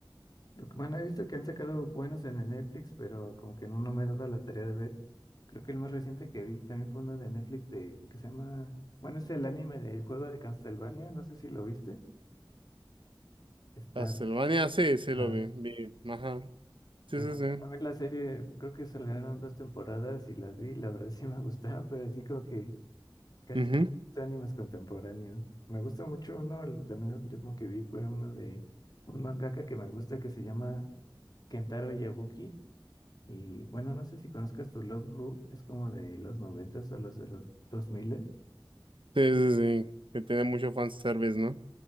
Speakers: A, on the left; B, on the right.
A: Lo que- Bueno, he visto que han sacado buenos en el Netflix, pero como que no, no me he dado la tarea de ver. Creo que el más reciente que vi también fue uno de Netflix de, que se llama, bueno, es el anime del juego de Castlevania, no sé si lo viste. Está,
B: Castlevania, sí, sí
A: ah,
B: lo vi, vi, ajá, sí,
A: y
B: sí,
A: bueno,
B: sí,
A: también la serie, creo que salieron dos temporadas y las vi, la verdad sí me gustaron, pero así como que Casi
B: ujú,
A: no me gustan animes contemporáneos. Me gusta mucho uno, el- también el último que vi fue uno de un mangaka que me gusta que se llama Kentaro Yabuki. Y bueno, no sé si conozcas tu Love Ru, es como de los noventas o los de los dos miles.
B: Sí, sí, sí, que tiene mucho fanservice, ¿no?